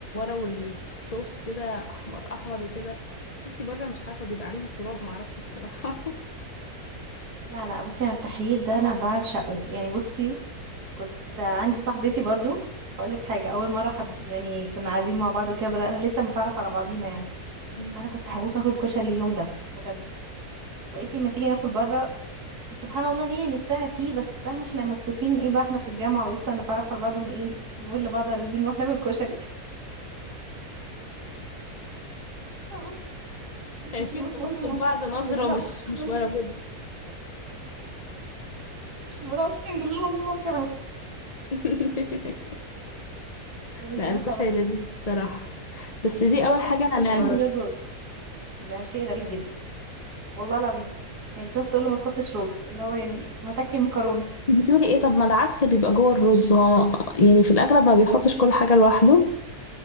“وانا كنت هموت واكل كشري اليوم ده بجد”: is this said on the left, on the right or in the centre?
Right